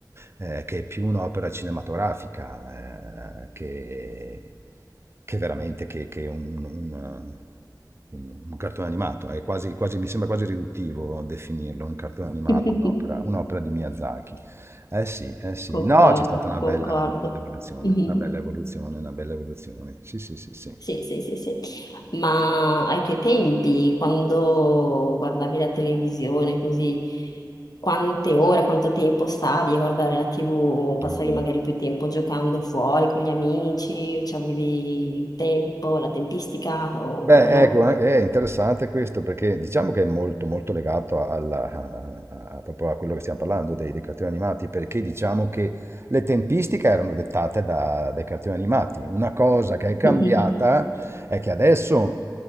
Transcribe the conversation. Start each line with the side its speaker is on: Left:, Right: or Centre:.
Right: eh, che è più un'opera cinematografica eh, che, che veramente che, che un, un, un- un cartone animato. È quasi, quasi- mi sembra quasi riduttivo definirlo un cartone animato,
Left: <laughs>
Right: un'opera, un'opera di Miyazaki. Eh sì, eh sì.
Left: Concordo,
Right: No, c'è stata una
Left: concordo.
Right: bella, una bella evoluzione,
Left: <laughs>
Right: una bella evoluzione, una bella evoluzione. Sì, sì, sì, sì.
Left: Sì, sì, sì, sì. Ma ai tuoi tempi, quando guardavi la televisione, così, quante ore, quanto tempo stavi a guardare la TV? Passavi
Right: Mm.
Left: magari più tempo giocando fuori con gli amici? Cioè, avevi il tempo, la tempistica o,
Right: Beh,
Left: o no?
Right: ecco, an- è interessante questo perché diciamo che è molto, molto legato alla- a, a- a- proprio a quello che stiamo parlando dei, dei cartoni animati, perché diciamo che le tempistiche erano dettate da- dai cartoni animati. Una cosa che è cambiata
Left: <laughs>
Right: è che adesso